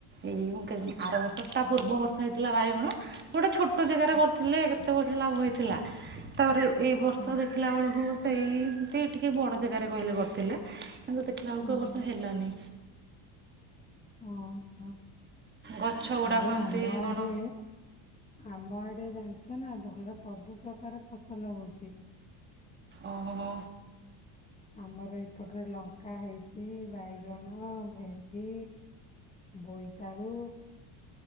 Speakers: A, on the right; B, on the left.
A: ଏଇ ମୁଁ କି
B: ଓହୋ
A: ଆର ବର୍ଷ ତା ପୂର୍ବ ବର୍ଷ ହେ ଥିଲା ବାଇଗଣ ଗୋଟେ ଛୋଟ ଜାଗାରେ
B: ହୁଁ
A: କରିଥିଲେ କେତେ ବଢିଆ ଲାଭ ହେଇ ଉ ଥିଲା ତାପରେ ଏଇ ବର୍ଷ
B: ହୁଁ
A: ଦେଖିଲା ବେଳକୁ ସେଇ ଏମିତି ଟିକେ ବଡ଼ ଜାଗାରେ କହିଲେ କରିଥିଲେ। କିନ୍ତୁ ଦେଖିଲା ବେଳକୁ
B: ହୁଁ
A: ଏ ବର୍ଷ ହେଲାନି।
B: ଓ ହୋ।
A: ଗଛ ଗୁଡ଼ାକ
B: ଆଉ
A: ଏମିତି
B: ଆମ
A: କଣ
B: ଆଡେ ଆମ ଆଡେ ଜାଣି ଅଛ ନା ଭଲ ସବୁ ପ୍ରକାର ଫସଲ ହଉଛି।
A: ଓ ହୋ।
B: ଆମର ଏପଟରେ ଲଙ୍କା ହେଇଛି ବାଇଗଣ ଭେଣ୍ଡି ବୋଇତାଳୁ